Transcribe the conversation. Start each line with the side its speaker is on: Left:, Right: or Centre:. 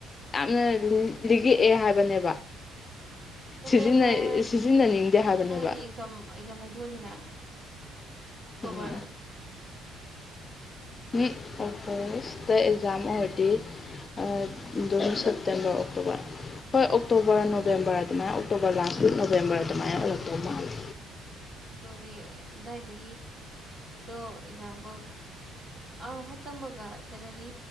Left: ꯌꯥꯝꯅ ꯂꯤꯛꯑꯛꯑꯦ ꯍꯥꯏꯕꯅꯦꯕ
Right: ꯅꯕꯦꯝꯕꯔ
Left: ꯁꯤꯖꯤꯟꯅ ꯁꯤꯖꯤꯟꯅꯅꯤꯡꯗꯦ ꯍꯥꯏꯕꯅꯦꯕ
Right: ꯑꯗꯥꯏꯗꯤ ꯑꯦꯛꯖꯥꯝ ꯑꯦꯛꯖꯥꯝ ꯍꯥꯏꯗꯣꯛꯑꯅꯤꯅ ꯑꯣꯛꯇꯣꯕꯔ
Left: ꯎꯝ ꯍꯨꯝ ꯑꯣꯇꯣꯕꯔꯁꯤꯗꯥ ꯑꯦꯛꯖꯥꯝ ꯑꯣꯏꯔꯗꯤ ꯑꯥ ꯑꯗꯨꯝ ꯁꯦꯞꯇꯦꯝꯕꯔ ꯑꯣꯛꯇꯣꯕꯔ ꯍꯣꯏ ꯑꯣꯛꯇꯣꯕꯔ ꯅꯣꯕꯦꯝꯕꯔ ꯑꯗꯨꯃꯥꯏꯅ ꯑꯣꯛꯇꯣꯕꯔ ꯂꯥꯁ ꯋꯤꯛ ꯅꯣꯕꯦꯝꯕꯔ ꯑꯗꯨꯃꯥꯏꯅ ꯑꯣꯏꯔꯛꯇꯧ ꯃꯥꯜꯂꯦ
Right: ꯑꯗꯨꯏꯗꯣꯗꯤ ꯑꯗꯨꯋꯥꯏꯗꯒꯤ ꯁꯦꯂꯔꯤꯗꯣ ꯑꯦꯛꯖꯥꯝꯄꯜ ꯑꯥ ꯍꯦꯛ ꯆꯪꯕꯒ ꯁꯦꯂꯔꯤ